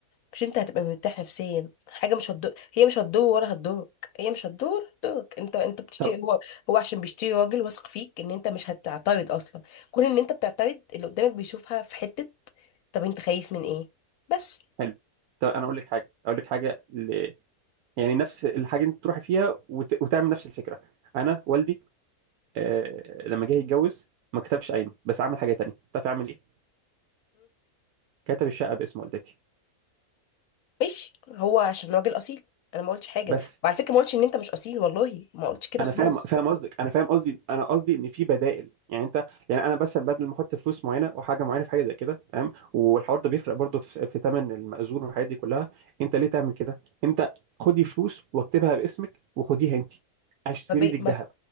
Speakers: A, on the left; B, on the right.
A: مش انت هتبقى مرتاح نفسيا حاجة مش هتضر هي مش هتضر ولا هتضرك هي مش هتضر ولا هتضرك انت انت بتشتري
B: طب
A: هو هو عشان بيشتري راجل واثق فيك ان انت مش هتعترض اصلا كون ان انت بتعترض اللي قدامك بيشوفها في حتة طب انت خايف من ايه بس
B: حلو طب انا اقول لك حاجه اقول لك حاجه ل... يعني نفس الحاجه انت تروحي فيها وت... وتعمل نفس الفكره انا والدي آه، لما جه يتجوز ما كتبش قايمه بس عمل حاجه تانية تعرف يعمل ايه كتب الشقه باسم والدتي
A: ماشي هو عشان راجل اصيل انا ما قلتش حاجه
B: بس
A: وعلى فكره ما قلتش ان انت مش اصيل والله ما قلتش كده
B: انا
A: خالص
B: فاهم فاهم قصدك انا فاهم قصدي انا قصدي ان في بدائل يعني انت يعني انا بس بدل ما احط فلوس معينه وحاجه معينه في حاجه زي كده تمام والحوار ده بيفرق برضه في في ثمن المأذون والحاجات دي كلها انت ليه تعمل كده انت خدي فلوس واكتبها باسمك وخديها انت اشتري
A: ما بي...
B: لك
A: ما...
B: ذهب
A: ب-